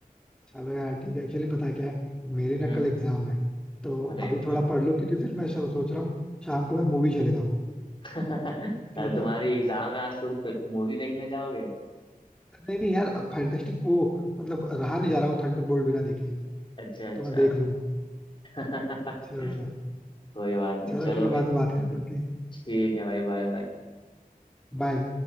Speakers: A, in the centre; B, on the left.
A: चलो यार ठीक है एक्चुअली पता है क्या है मेरे ना
B: हम्म
A: कल एग्जाम है तो
B: अरे
A: अभी थोड़ा पढ़ लो क्योंकि फिर मैं सो- सोच रहा हूँ शाम को मैं मूवी चले जाऊँ
B: <laughs> कल
A: ठीक
B: तुम्हारी
A: है
B: एग्जाम है आज तुम मूवी देखने जाओगे
A: नहीं नहीं यार फैंटास्टिक वो मतलब रहा नहीं जा रहा वो थंडरबोल्ट बिना देखे
B: अच्छा अच्छा
A: तो मैं देख लूँ
B: <laughs> कोई
A: चलो यार
B: बात नहीं
A: चलो
B: चलो
A: ठीक है
B: भाई
A: बाद में बात करते हैं
B: ठीक है भाई बाय बाय
A: बाय